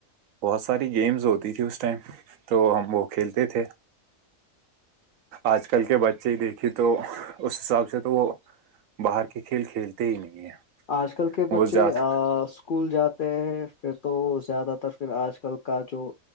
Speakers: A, on the right (about 75°); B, on the left (about 65°).
A: بہت ساری گیمز ہوتی تھھی اس ٹائم تو ہم وہ کھیلتے تھے آج کل کے بچے ہی دیکھے تو اس حساب سے تو وہ باہر کے کھیل کھیلتے ہی نہیں ہیں
B: آج کل کے بچے
A: وہ زیادہ
B: اسکول جاتے ہیں پھر تو زیادہ تر پھر آج کل کا جو